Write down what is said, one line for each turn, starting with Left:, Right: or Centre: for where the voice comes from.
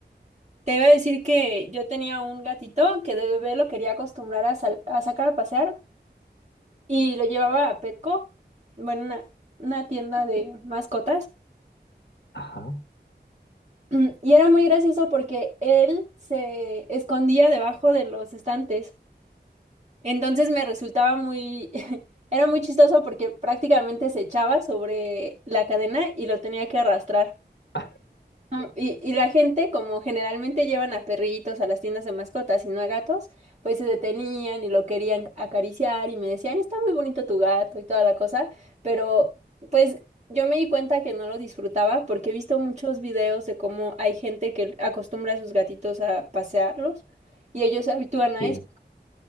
Right: Te iba a decir que yo tenía un gatito que de bebé lo quería acostumbrar a, sal- a sacar a pasear, y lo llevaba a Petco, bueno, una, una tienda de mascotas.
Left: Ajá.
Right: Mm, Y era muy gracioso porque él se escondía debajo de los estantes. Entonces me resultaba muy, <laughs> era muy chistoso porque prácticamente se echaba sobre la cadena y lo tenía que arrastrar.
Left: Ah,
Right: Mm, Y, y la gente, como generalmente llevan a perritos a las tiendas de mascotas y no a gatos, pues se detenían y lo querían acariciar y me decían, está muy bonito tu gato y toda la cosa, pero pues yo me di cuenta que no lo disfrutaba porque he visto muchos videos de cómo hay gente que acostumbra a sus gatitos a pasearlos y ellos se habitúan a
Left: sí.
Right: eso,